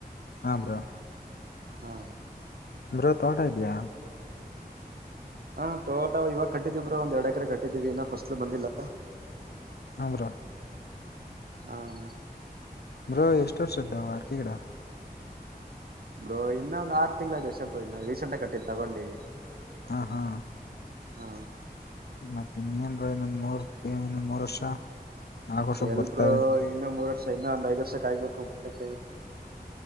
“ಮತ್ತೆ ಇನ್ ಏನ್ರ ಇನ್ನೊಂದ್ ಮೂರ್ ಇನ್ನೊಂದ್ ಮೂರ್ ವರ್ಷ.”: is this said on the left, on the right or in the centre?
Left